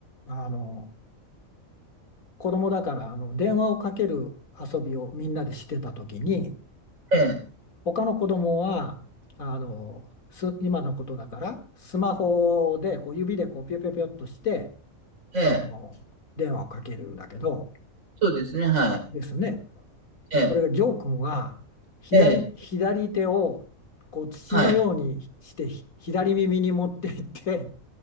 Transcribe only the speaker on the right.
えええ、え
え、ええ、
ええ、そうですね、はい。
ええ、
ええ、
はい。